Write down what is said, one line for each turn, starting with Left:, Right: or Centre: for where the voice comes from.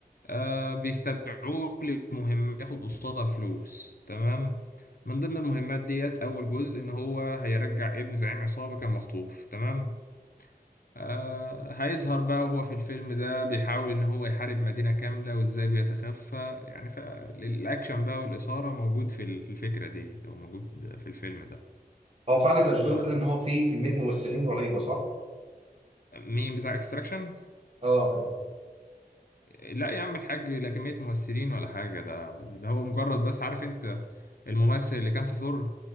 Left: آه، بيستدعوه لمهمة ياخد قصادها فلوس تمام من ضمن المهمات ديت أول جزء إن هو هيرجع ابن زعيم عصابة كان مخطوف تمام آه هيظهر بقى وهو في الفيلم ده بيحاول إن هو يحارب مدينة كاملة وإزاي بيتخفى يعني فالأكشن بقى والإثارة موجود في ال- في الفكرة دي أو موجود في الفيلم ده
Right: هو فعلا زي ما بيقولوا
Left: آه،
Right: كده ان هو فيه كميه ممثلين رهيبه صح؟
Left: مين بتاع اكستراكشن
Right: اه
Left: لا يا عم الحاج لا كمية ممثلين ولا حاجة ده ده هو مجرد بس عارف انت الممثل اللي كان في ثور